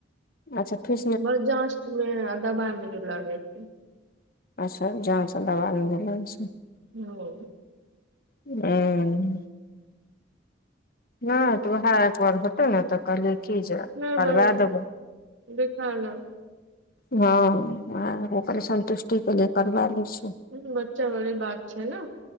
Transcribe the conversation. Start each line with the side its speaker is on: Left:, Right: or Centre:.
Left: अच्छा फिर।
Right: बड़। जाँच मे आ दबाई मे भी लागे छै
Left: अच्छा जाँच दबाइ मे भी लागय छय।
Right: यो।
Left: ह। न तो ओहे त। तब ने त कहलियै की जे
Right: नहि
Left: करबा
Right: बहिन
Left: देबै।
Right: देखा ल
Left: हँ ओहे ओकरे संन्तुष्टि। के लिए करबा लै छी।
Right: ह बच्चा वाली बात छै। ने